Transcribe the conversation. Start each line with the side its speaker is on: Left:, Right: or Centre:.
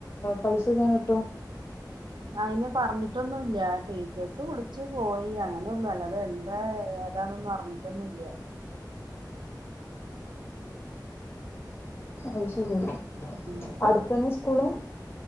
Left: പൈസ തിട്ടോ
Right: അയിന് പറഞ്ഞിട്ടൊന്നുംല്ല ടീച്ചേഴസ് വിളിച്ചു പോയി അങ്ങനെള്ളൂ അല്ലാതെ എന്താ ഏതാന്നൊന്നും അറിഞ്ഞിട്ടൊന്നും ഇല്ല
Left: ഇ ശരി
Right: ഉം
Left: അടുത്ത തന്നെ സ്കൂള്